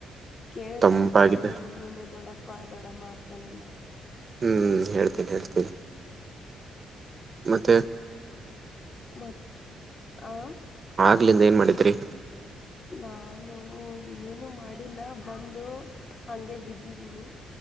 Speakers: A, on the left; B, on the right.
A: ಹೇಳ್ದೆ
B: ತಂಪಾಗಿದೆ
A: ಅಂತ ಹೇಳು, ಎಲ್ರೂನು ದೊಡ್ಡಪ್ಪ ದೊಡ್ಡಮ್ಮನ ಅಕ್ಕನ್ನೆಲ್ಲಾ
B: ಹ್ಮ್ ಹೇಳ್ತೇನಿ ಹೇಳ್ತೇನಿ ಮತ್ತೆ
A: ಮತ್ತೆ ಹಾ
B: ಆಗಾಗಿಂದ ಏನ್ ಮಾಡಿದ್ರಿ
A: ಹೌ ನಾನು ಏನು ಮಾಡಿಲ್ಲ ಬಂದು ಹಾಗೆ ಬಿದ್ದಿದೀನಿ